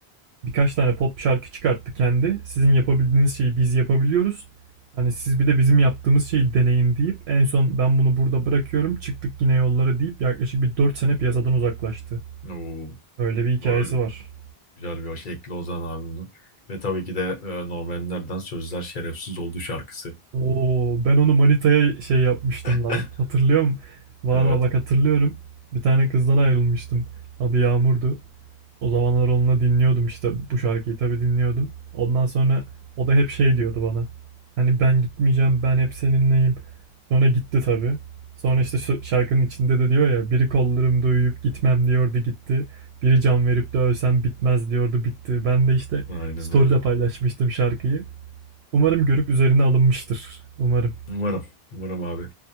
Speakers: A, on the right (about 85°); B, on the left (about 55°).
A: birkaç tane pop şarkı çıkarttı kendi. Sizin yapabildiğiniz şeyi biz yapabiliyoruz. Hani siz bir de bizim yaptığımız şeyi deneyin deyip en son ben bunu burada bırakıyorum çıktık yine yollara deyip yaklaşık bir 4 sene piyasadan uzaklaştı.
B: Oo,
A: Öyle bir hikayesi
B: böyle
A: var.
B: güzel bir şey. Ekli Ozan abi bunu. Ve tabii ki de e, Normanler'den Sözler Şerefsiz Oldu şarkısı.
A: Oo, ben onu manitaya şey yapmıştım
B: <laughs>
A: lan. Hatırlıyorum. Valla
B: Evet.
A: bak hatırlıyorum. Bir tane kızdan ayrılmıştım. Adı Yağmur'du. O zamanlar onunla dinliyordum işte bu şarkıyı tabii dinliyordum. Ondan sonra o da hep şey diyordu bana. Hani ben gitmeyeceğim, ben hep seninleyim. Sonra gitti tabii. Sonra işte şu şarkının içinde de diyor ya biri kollarımda uyuyup gitmem diyordu gitti. Biri can verip de ölsem bitmez diyordu bitti. Ben de işte
B: Aynen
A: story'de
B: öyle.
A: paylaşmıştım şarkıyı. Umarım görüp üzerine alınmıştır. Umarım.
B: Umarım. Umarım abi.